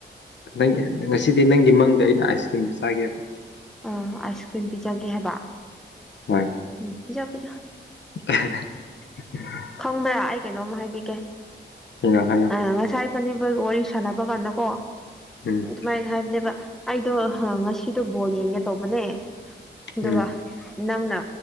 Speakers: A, on the left; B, in the centre.
A: ꯅꯪ ꯉꯁꯤꯗꯤ ꯅꯪꯒꯤ ꯃꯪꯗ ꯑꯩꯅ ꯑꯥꯏꯁ ꯀ꯭ꯔꯤꯝ ꯄꯤꯖꯒꯦꯕ
B: ꯑꯥ ꯑꯥꯏꯁ ꯀ꯭ꯔꯤꯝ ꯄꯤꯖꯒꯦ ꯍꯥꯏꯕ
A: ꯍꯣꯏ
B: ꯎꯝ ꯄꯤꯖꯧ ꯄꯤꯖꯧ
A: <unintelligible> ꯎ <inaudible>
B: ꯈꯪꯕ꯭ꯔꯥ ꯑꯩ ꯀꯩꯅꯣꯝ ꯍꯥꯏꯕꯤꯒꯦ
A: ꯍꯥꯏꯌꯣ ꯍꯥꯏꯌꯣ
B: ꯑ ꯉꯁꯥꯏ ꯢꯕꯥꯅꯤ ꯋꯥꯔꯤ ꯁꯥꯟꯅꯕ ꯀꯥꯟꯗ ꯀꯣ
A: ꯎꯝ
B: ꯑꯗꯨꯃꯥꯏꯅ ꯍꯥꯏꯕꯅꯦꯕ ꯑꯩꯗꯣ ꯉꯁꯤꯗꯣ ꯕꯣꯜ ꯌꯦꯡꯒꯦ ꯇꯧꯕꯅꯦ ꯑꯗꯨꯒ
A: ꯎꯝ
B: ꯅꯪꯅ